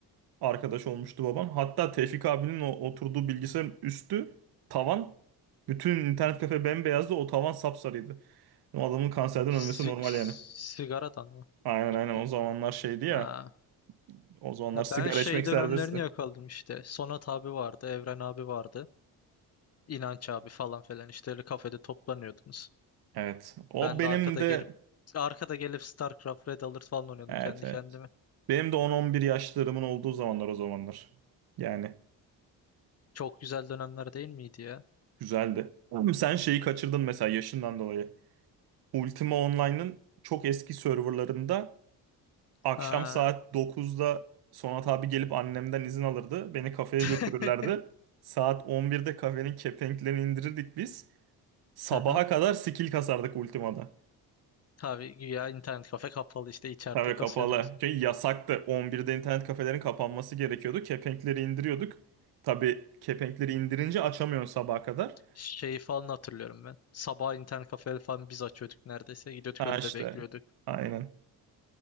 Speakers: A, on the right; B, on the left.
A: arkadaş olmuştu babam. Hatta Tevfik abinin o oturduğu bilgisayarın üstü tavan bütün internet kafe bembeyazdı o tavan sapsarıydı. O adamın kanserden
B: Sig-
A: ölmesi normal
B: sigaradan
A: yani.
B: mı?
A: Aynen
B: Gitti.
A: aynen o zamanlar şeydi ya.
B: Ha.
A: O zamanlar
B: Ha,
A: sigara
B: Ben şey
A: içmek
B: dönemlerini
A: serbestti.
B: yakaladım işte. Sonat abi vardı, Evren abi vardı. İnanç abi falan filan işte öyle kafede toplanıyordunuz.
A: Evet. O
B: Ben
A: benim
B: de arkada
A: de
B: gelip arkada gelip StarCraft Red Alert falan oynuyordum
A: Evet,
B: kendi
A: evet.
B: kendime.
A: Benim de 10-11 yaşlarımın olduğu zamanlar o zamanlar. Yani
B: Çok güzel dönemler değil miydi ya?
A: güzeldi. Ama sen şeyi kaçırdın mesela yaşından dolayı. Ultima Online'ın çok eski serverlarında akşam
B: Ha.
A: saat 9'da Sonat abi gelip annemden izin alırdı. Beni kafeye götürürlerdi.
B: <laughs>
A: Saat 11'de kafenin kepenklerini indirirdik biz. Sabaha
B: Aha.
A: kadar skill kasardık Ultima'da.
B: Tabii güya internet kafe kapalı işte içeride
A: Tabii
B: kasıyordunuz.
A: kapalı. Çünkü yasaktı. 11'de internet kafelerin kapanması gerekiyordu. Kepenkleri indiriyorduk. Tabii kepenkleri indirince açamıyorsun sabaha kadar.
B: Şeyi falan hatırlıyorum ben. Sabah internet kafe falan biz açıyorduk neredeyse. Gidiyorduk
A: Ha
B: önde
A: işte.
B: bekliyorduk.
A: Aynen.